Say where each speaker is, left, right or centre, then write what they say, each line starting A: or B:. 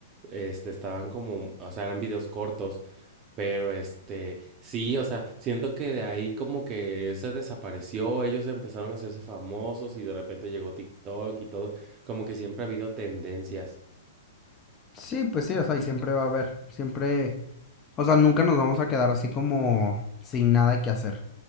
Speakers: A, on the right; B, on the left.
A: este, estaban como, o sea, eran videos cortos Pero este, sí, o sea, siento que de ahí como que se desapareció, ellos empezaron a hacerse famosos y de repente llegó TikTok y todo, como que siempre ha habido tendencias.
B: Sí, pues sí, o sea, y siempre va a haber, siempre, o sea, nunca nos vamos a quedar así como sin nada que hacer.